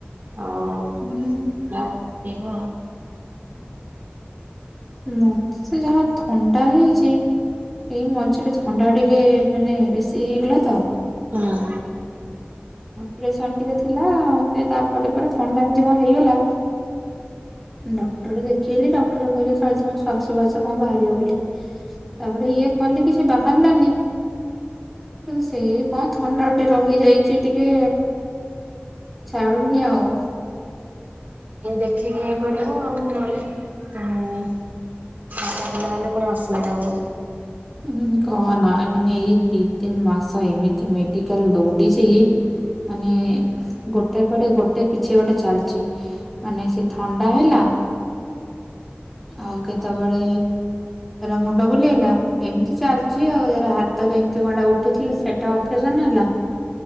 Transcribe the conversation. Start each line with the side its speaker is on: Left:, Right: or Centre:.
Right: ଆଉ
Centre: ହୁଁ
Right: ଆଉ ଦେହ
Centre: ମତେ ସେ ଯାହା ଥଣ୍ଡା ହେଇଚି ଏଇ ମଝିରେ ଥଣ୍ଡା ଟିକେ ମାନେ ବେଶୀ ହେଇଗଲା ତ।
Right: ହଁ।
Centre: ଅପ୍ରେସନ ଟିକେ ଥିଲା ସେ ତାପରେ ପରେ ଥଣ୍ଡା ଏମିତି କଣ ହେଇଗଲା। ଡକ୍ଟର ଦେଖେଇଲି ଡକ୍ଟର କହିଲେ ଖାଲି ତମ ଶ୍ୱାସ ଫ୍ବାସ କଣ ବାହାରିବ ବୋଲି। ତାପରେ ଇଏ କଲି କିଛି ବାହାରିଲାନି। ସେ କଣ ଥଣ୍ଡାଟେ ରହି ଯାଇଚି ଟିକେ ଛାଡ଼ୁନିି ଆଉ।
Right: ଦେଖିକି ଇଏ କରିବୁ ଆଉ ନହେଲେ ଉଁ <unintelligible> ହେଲେ ପୁଣି ଅସୁବିଧା ହବ।
Centre: ହୁଁ କହନା ମାନେ ଏଇ ଦି ତିନି ମାସ ଏମିତି ମେଡିକାଲ ଦୌଡିଛି ମାନେ ଗୋଟେ ପରେ ଗୋଟେ କିଛି ଗୋଟେ ଚାଲିଛି ମାନେ ସେ ଥଣ୍ଡା ହେଲା
Right: ହଁ।
Centre: ଆଉ କେତେବେଳେ ର ମୁଣ୍ଡ ବୁଲେଇଲା। ଏମିତି ଚାଲିଛି ଆଉ ଏରା ହାତରେ ଏମତି କଣଟା ଉଠିଥିଲା ସେଟା ଅପରେସନ ହେଲା।